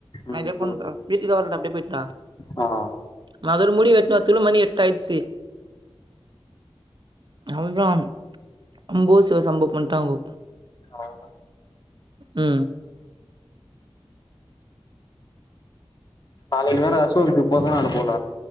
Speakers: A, on the right; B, on the left.
A: மயலியே
B: ம்
A: போன்ற வீட்டுக்கே வர்லடா அப்டே போய்டண்டா
B: ஆ
A: மதர முடி வெட்ணு வரதுகுள்ள மணி எட் டாய்சு அவுள்தா அம்போ சிவ சம்போ வண்டாங்கோ
B: அவ்ளோதா
A: உ
B: நாளைக்கு வேற அசோக்கு பொற்ந்தநாலு போல